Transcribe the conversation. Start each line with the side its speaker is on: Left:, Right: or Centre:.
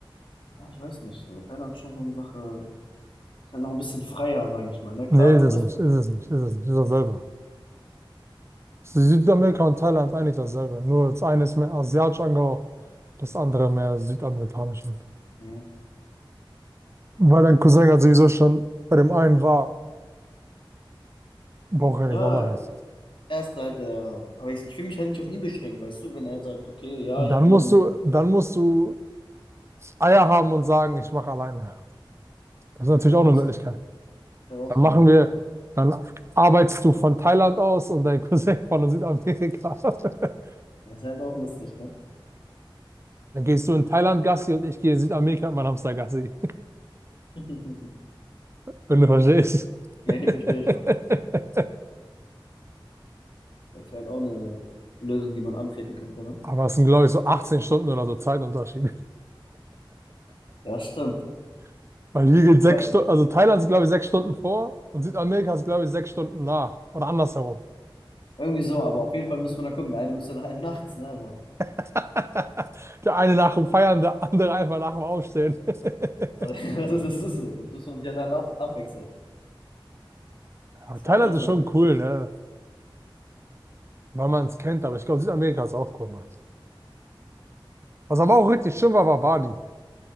Left: ah, ich weiß nicht. So, Thailand ist schon so eine Sache. Ist halt noch ein bisschen freier, sage ich mal. Na klar,
Right: Nee, ist
Left: Tourismus.
Right: es nicht, ist es nicht, ist es nicht, ist dasselbe. Südamerika und Thailand ist eigentlich dasselbe, nur das eine ist mehr asiatisch angehaucht, das andere mehr südamerikanisch wird.
Left: Mhm.
Right: Weil dein Cousin halt sowieso schon bei dem einen war, braucht er
Left: Ja,
Right: nicht nochmal hin.
Left: er ist halt der. Aber ich, ich will mich halt nicht auf ihn beschränken, weißt du, wenn er sagt, okay, ja,
Right: Dann
Left: ich will
Right: musst
Left: aber nur
Right: du,
Left: das,
Right: dann musst du Eier haben und sagen, ich mache alleine. Das ist natürlich
Left: ist halt
Right: auch
Left: auch
Right: eine Möglichkeit.
Left: so, ist halt auch
Right: Dann
Left: so eine
Right: machen
Left: Möglichkeit.
Right: wir, dann arbeitest du von Thailand aus und dein <laughs> Cousin von Südamerika. <laughs>
Left: Das ist halt auch lustig, ne?
Right: Dann gehst du in Thailand Gassi und ich gehe in Südamerika mit meinem Hamster Gassi.
Left: <laughs>
Right: <laughs> Wenn du verstehst.
Left: Ja,
Right: <laughs>
Left: ich verstehe schon. Das ist halt auch eine Lösung, die man antreten könnte, ne?
Right: Aber es sind, glaube ich, so 18 Stunden oder so Zeitunterschied.
Left: Ja, stimmt.
Right: <laughs> Weil hier geht sechs
Left: Weil
Right: Stunden, also Thailand ist, glaube ich, sechs Stunden vor und Südamerika ist, glaube ich, sechs Stunden nach. Oder andersherum.
Left: irgendwie so, aber auf jeden Fall müssen wir da gucken. Der eine müsste dann halt <laughs> nachts, ne, immer.
Right: <laughs> Der eine nach dem Feiern, der andere einfach nach dem Aufstehen. <laughs>
Left: Also, <laughs> Das ist, das ist so. Das muss man sich dann ab abwechseln.
Right: Aber
Left: Das
Right: Thailand
Left: ist halt auch so.
Right: ist schon cool, ne? Weil man es kennt, aber ich glaube, Südamerika ist auch cool, Mann. Was aber
Left: Ich
Right: auch richtig
Left: weiß,
Right: schön war, war Bali.